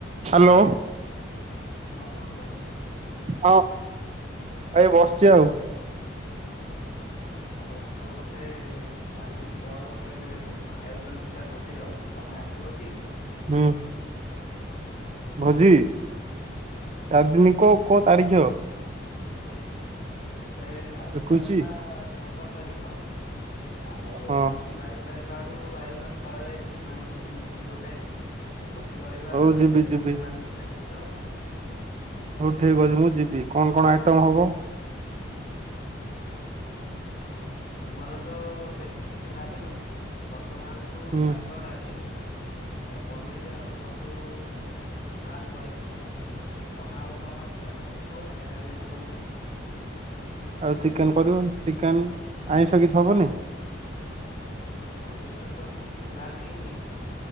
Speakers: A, on the left; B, on the right.
A: Hello
B: hello
A: Shubham କଣ କର କଣ କରୁଛ?
B: ହଁ ଏଇ ବସିଛି ଆଉ
A: ଆଉ ଆମର ଗୋଟେ ଚାରି ଦିନ ପରେ ଗୋଟେ ଆୟୋଜନ ଥିଲା ଭୋଜିର। ତମେ ଆସିବଟି?
B: ହୁଁ। ଭୋଜି ଚାରି ଦିନ କ କୋଉ ତାରିଖ ହେବ?
A: ଏବେ ଆଜି
B: ଏକୋଇଶି
A: ତ ହେଲା ସତର ତାରିଖ ଆଉ
B: ହଁ
A: ଏକୋଇଶି ବାଇଶି ତାରିଖ ଆଡୁ ଆୟୋଜନ କରାଯାଇଛି ସାଙ୍ଗସାଥି ମିଶିକି ଗୋଟେ ଭୋଜି କରିବା
B: ହଉ ଯିବି
A: କେତେଦିନ
B: ଯିବି
A: ହେଲା ମିଶିନାହାନ୍ତି ତ
B: ହଉ ଠିକ୍ ଅଛି ମୁଁ ଯିବି କଣ କଣ ଆଇଟମ୍ ହବ?
A: ଆମର ତ ବେଶୀ କିଛି ଭାବିନୁ ବର୍ତ୍ତମାନ କୁ
B: ହୁଁ
A: ଭା ଭାତ ଡାଲି ପନିର ଆଉ ଛତୁ ପ୍ଲାନ୍ କରିଛୁ। ତମେ ଆଉ କଣ ଇଚ୍ଛା ତମକୁ କୁହ ସେଇଟା ବି ଏଡ୍ କରିବା?
B: ଆଉ ଚିକେନ କରିବନି ଚିକେନ ଆଇଁଷ କିଛି ହବନି।
A: ଆମିଷତ କିଛି ପ୍ଲାନ୍ ହେଇନି